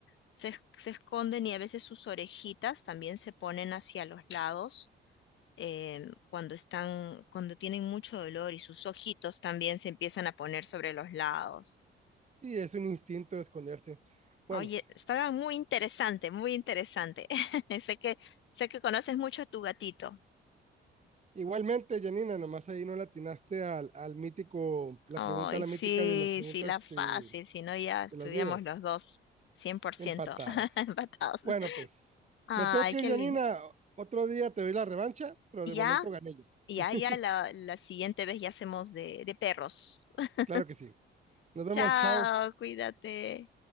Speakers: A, on the left; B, on the right.
A: Se, es- se esconden y a veces sus orejitas también se ponen hacia los lados em, cuando están, cuando tienen mucho dolor y sus ojitos también se empiezan a poner sobre los lados.
B: Sí, es un instinto de esconderse. Bueno,
A: Oye, estaba muy interesante, muy interesante. <laughs> Sé que, sé que conoces mucho a tu gatito.
B: igualmente, Janina, nomás ahí no latinaste al, al mítico, la
A: Ay,
B: pregunta, la
A: sí,
B: mítica de las preguntas
A: sí, la fácil,
B: eh,
A: si no ya estuviéramos
B: de las vidas,
A: los dos cien por ciento
B: empatados.
A: <laughs> empatados.
B: Bueno, pues
A: Ay,
B: me tengo que
A: qué
B: ir, Janina.
A: linda.
B: Otro día te doy la revancha, pero
A: Y
B: de momento
A: Ya,
B: gané yo.
A: ya,
B: <laughs>
A: ya, la, la siguiente vez ya hacemos de, de perros. <laughs>
B: claro que sí. Nos vemos,
A: Chao,
B: chao.
A: cuídate.